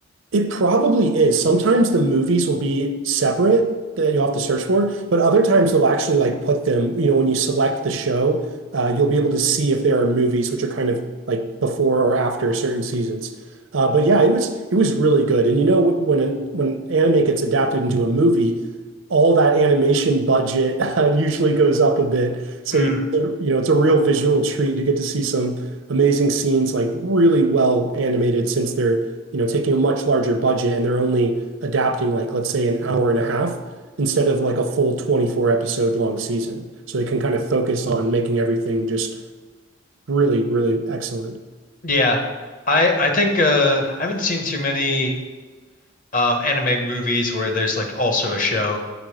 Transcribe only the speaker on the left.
Mm,
yeah. I I think uh I haven't seen too many um anime movies where there's like also a show.